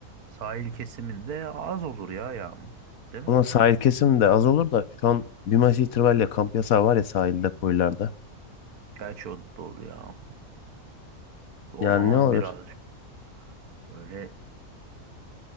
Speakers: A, on the right; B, on the left.
A: Sahil kesiminde az olur ya yağmur, değil mi?
B: Ama sahil kesim de az olur da şu an bir maç itibariyle kamp yasağı var ya sahilde koylarda.
A: Gerçi o da doğru ya. O
B: Yani
A: zaman
B: ne olur?
A: birazcık böyle